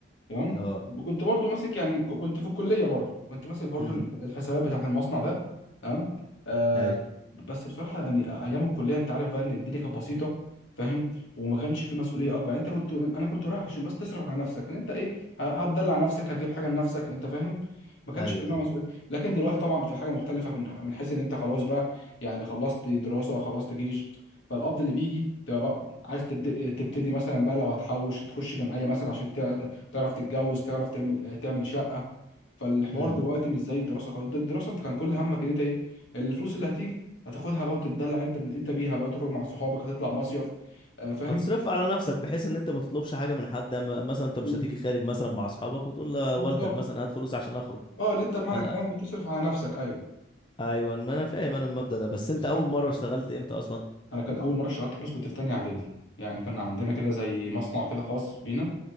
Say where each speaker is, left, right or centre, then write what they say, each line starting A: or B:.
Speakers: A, on the left (about 75°); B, on the left (about 25°).
A: تمام
B: اه
A: وكنت برضو ماسك يعني ك- كنت في الكليه برضو كنت ماسك برضو
B: امم
A: الحسابات بتاعت المصنع ده تمام آه
B: ايوه
A: بس بصراحه يعني ايام الكليه انت عارف بقى ان الدنيا كانت بسيطه فاهم وما كانش في مسؤوليه اكبر يعني انت كنت انا كنت رايح عشان بس تصرف على نفسك ان انت ايه ه- هتدلع نفسك هتجيب حاجه لنفسك انت فاهم ما كانش
B: ايوه
A: في بقى
B: ايوه
A: مسؤوليه لكن دلوقتي طبعا بتبقى حاجه مختلفه من من حيث ان انت خلاص بقى يعني خلصت دراسه خلصت جيش فالقبض اللي بيجي تبقى بقى عايز تبدأ تبتدي مثلا بقى لو هتحوش تخش جمعيه مثلا عشان تعرف تتجوز تعرف تعمل آه، تعمل شقة فالحوار
B: امم
A: دلوقتي مش زي الدراسة خالص ده الدراسة انت كان كل همك ان انت ايه الفلوس اللي هتيجي هتاخدها بقى وتتدلع انت انت بيها بقى تخرج مع صحابك هتطلع مصيف آه، فاهم
B: هتصرف على نفسك بحيث ان انت ما تطلبش حاجه من حد أما- مثلا انت
A: بال-
B: مش هتيجي خارج مثلا مع اصحابك وتقول لوالدك
A: بالظبط
B: مثلا هات فلوس عشان اخرج
A: اه اللي انت بمعنى
B: انا
A: الكلام بتصرف على نفسك ايوه
B: ايوه ما انا فاهم انا المبدأ ده بس انت
A: بالظبط
B: اول مره اشتغلت امتى اصلا
A: انا كان اول مرة اشتغلت خالص كنت في تانية اعدادي يعني كان عندنا كده زي مصنع كده خاص بينا